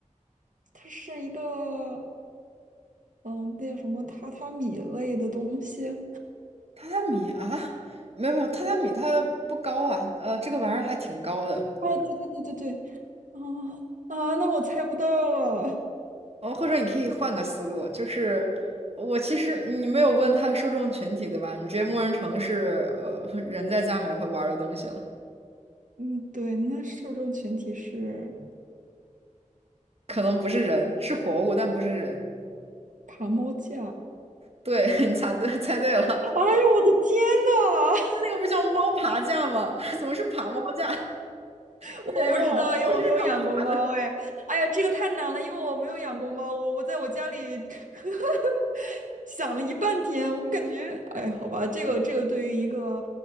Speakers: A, on the right (about 80°); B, on the right (about 50°).
A: 它是一个嗯，那叫什么榻榻米类的东西啊？
B: 榻榻米啊，没有没有，榻榻米它不高啊，呃，这个玩意儿还挺高的。
A: 对对对对对，啊啊，那我猜不到了。
B: 哦，或者你可以换个思路，就是我其实你没有问它受众群体，对吧？你直接默认成是呃人在家里面会玩儿的东西了，
A: 嗯，对，那受众群体是
B: 可能不是人，是活物，但不是人。
A: 爬猫架。
B: 对，<laughs> 你猜对，猜对了，它
A: 哎呀，我的天呐，
B: 那个不叫猫爬架吗？<laughs> 怎么是爬猫架？
A: <laughs>
B: 有点要往猫身上爬的。
A: 我不知道，因为我没有养过猫。哎，哎呀，这个太难了，因为我没有养过猫，我我在我家里 <laughs> 想了一半天，我感觉，哎，好吧，这个这个对于一个，